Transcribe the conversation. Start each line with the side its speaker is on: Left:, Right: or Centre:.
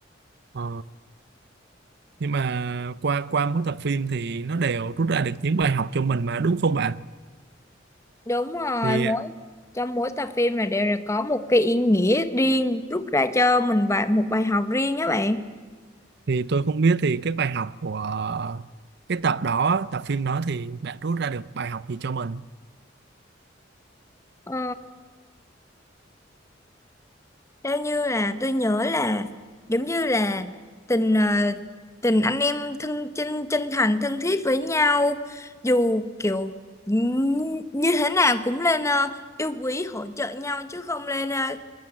Right: Ờ, nhưng mà qua qua mỗi tập phim thì nó đều rút ra được những bài học cho mình mà đúng không bạn?
Left: đúng rồi
Right: Thì
Left: mỗi trong mỗi tập phim là đều là có một cái ý nghĩa riêng rút ra cho mình bài một bài học riêng á bạn
Right: thì tôi không biết thì cái bài học của cái tập đó, tập phim đó thì bạn rút ra được bài học gì cho mình?
Left: Ờ, Theo như là tôi nhớ là giống như là tình ờ, tình anh em thân chân chân thành thân thiết với nhau dù kiểu n- như thế nào cũng lên ờ, yêu quý hỗ trợ nhau chứ không lên ờ,